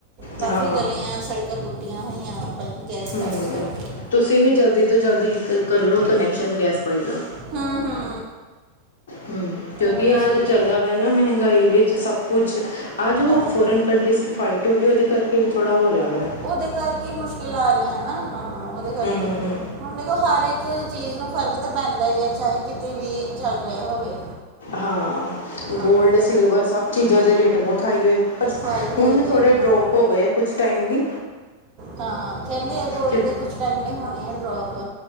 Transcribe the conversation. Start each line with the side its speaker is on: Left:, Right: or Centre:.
Right: ਕਾਫੀ
Left: ਹਾਂ
Right: ਗਲੀਆਂ ਸੜਕਾਂ ਪੁੱਟੀਆਂ ਹੋਈਆਂ ਵਾ ਪਰ ਗੈਸ
Left: ਹੂੰ
Right: ਪਾਈਪ ਕਰਕੇ
Left: ਤੁਸੀਂ ਵੀ ਜਲਦੀ ਤੋਂ ਜਲਦੀ ਕਰ ਲਓ ਕਨੈਕਸ਼ਨ ਗੈਸ ਪਾਈਪ ਦਾ
Right: ਹੂੰ ਹੂੰ
Left: ਹਮ ਕਿਉਂਕਿ
Right: ਉਹੀ
Left: ਆਹ
Right: ਚੀਜ਼
Left: ਜੋ ਚੱਲਦਾ
Right: ਆ
Left: ਪਿਆ ਨਾ ਮਹਿੰਗਾਈ ਵਿੱਚ ਸਭ ਕੁਛ ਆਹ ਜੋ
Right: ਹਾਂ
Left: ਫੋਰਨ ਕੰਟਰੀਜ਼ 'ਚ ਫਾਈਟ ਹੋ ਰਹੀ ਉਹਦੇ ਕਰਕੇ ਵੀ ਥੋੜ੍ਹਾ ਹੋ ਰਿਹਾ ਵਾ
Right: ਉਹਦੇ ਕਰਕੇ ਮੁਸ਼ਕਿਲ ਆ ਰਹੀਆਂ ਨਾ ਹਾਂ ਉਹਦੇ ਕਰਕੇ
Left: ਹੂੰ ਹੂੰ ਹੂੰ
Right: ਹੁਣ ਦੇਖੋ ਸਾਰੇ ਚੀਜ਼ ਨੂੰ ਫ਼ਰਕ ਤਾਂ ਪੈਂਦਾ ਹੀ ਹੈ ਚਾਹੇ ਕਿਤੇ ਵੀ ਚੱਲ ਰਿਹਾ ਹੋਵੇ
Left: ਹਾਂ
Right: ਕੰਮ
Left: ਗੋਲਡ ਸਿਲਵਰ ਸਭ ਚੀਜ਼ਾਂ ਦੇ ਰੇਟ ਬਹੁਤ ਹਾਈ ਹੋਏ ਪਰ
Right: ਹਾਈ ਹੋਏ
Left: ਹੁਣ
Right: ਪਏ
Left: ਥੋੜ੍ਹੇ
Right: ਆ, ਹਾਂ
Left: ਡਰੋਪ ਹੋ ਗਏ ਕੁਛ ਟਾਈਮ ਲਈ
Right: ਹਾਂ ਕਹਿੰਦੇ ਆ ਗੋਲਡ
Left: ਕਿਉਂ
Right: ਦੇ ਕੁਛ ਟਾਈਮ ਲਈ ਹੋਣੇ ਆ ਡਰੋਪ